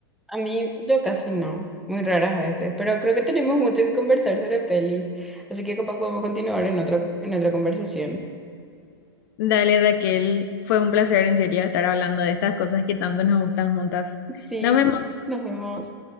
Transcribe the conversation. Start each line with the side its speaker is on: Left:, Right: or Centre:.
Centre: A mí, yo casi no, muy raras a veces, pero creo que tenemos mucho que conversar sobre pelis, así que capaz podemos continuar en otra, en otra conversación.
Left: Dale, Raquel, fue un placer en serio estar hablando de estas cosas que tanto nos gustan juntas.
Centre: Sí,
Left: Nos vemos.
Centre: nos vemos.